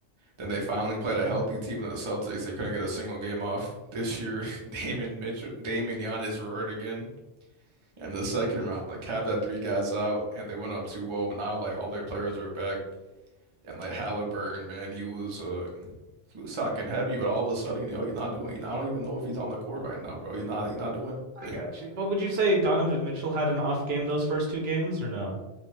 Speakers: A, on the right; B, on the right.
A: Then they finally played a healthy team in the Celtics. They couldn't get a single game off. This year, <laughs> Dame and Mitch, Dame and Giannis were hurt again. And the second round, like Cavs had three guys out and they went up 2-0, but now like all their players are back. And like Halliburton, man, he was uh he was talking heavy, but all of a sudden, you know, he's not doing. I don't even know if he's on the court right now, bro. He's not. He's not doing
B: I
A: anything.
B: got you. But would you say Donovan Mitchell had an off game those first two games or no?